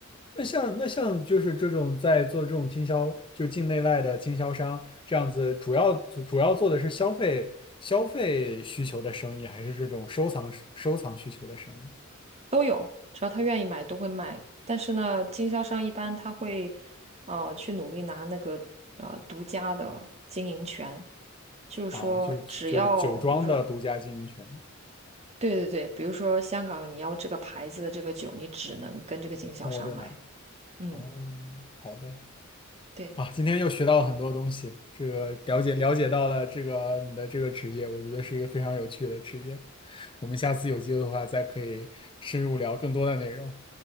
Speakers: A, on the left; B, on the right.
A: 那像那像就是这种在做这种经销，就是境内外的经销商这样子，主要主主要做的是消费消费需求的生意，还是这种收藏收藏需求的生意
B: 都有，只要他愿意买都会卖。但是呢，经销商一般他会，呃，去努力拿那个呃独家的经营权，就是说，
A: 啊？就就是酒庄的独家经营权，
B: 只要比如说，对对对，比如说香港你要这个牌子的这个酒，你只能跟这个经销商买。
A: 从我这儿买。
B: 嗯，
A: 哦，好的
B: 对。
A: 啊，今天又学到了很多东西，这个了解了解到了这个你的这个职业，我觉得是一个非常有趣的职业。我们下次有机会的话，再可以深入聊更多的内容。